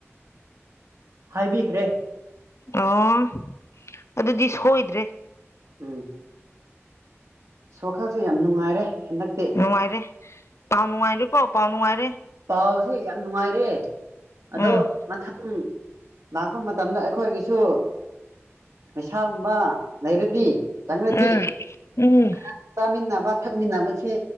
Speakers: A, on the right; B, on the left.
A: ꯍꯥꯏꯕꯤꯈ꯭ꯔꯦ
B: ꯑꯣ ꯑꯗꯨꯗꯤ ꯁꯣꯏꯗ꯭ꯔꯦ
A: ꯎꯝ ꯁꯣꯈꯜꯁꯦ ꯌꯥꯝ ꯅꯨꯡꯉꯥꯏꯔꯦ ꯍꯟꯗꯛ
B: ꯅꯨꯡꯉꯥꯏꯔꯦ ꯄꯥꯎ ꯅꯨꯡꯉꯥꯏꯔꯦꯀꯣ ꯄꯥꯎ ꯅꯨꯡꯉꯥꯏꯔꯦ
A: ꯄꯥꯎꯁꯦ ꯌꯥꯝ ꯅꯨꯡꯉꯥꯏꯔꯦ ꯑꯗꯣ
B: ꯎꯝ
A: ꯎ ꯂꯥꯛꯄ ꯃꯇꯝꯗ ꯑꯩꯈꯣꯏꯒꯤꯁꯨ ꯄꯩꯁꯥꯒꯨꯝꯕ ꯂꯩꯔꯗꯤ ꯆꯪꯉꯗꯤ
B: ꯎꯝ ꯎꯝ
A: ꯈꯔ ꯆꯥꯃꯤꯟꯅꯕ ꯊꯛꯃꯤꯟꯅꯕꯁꯦ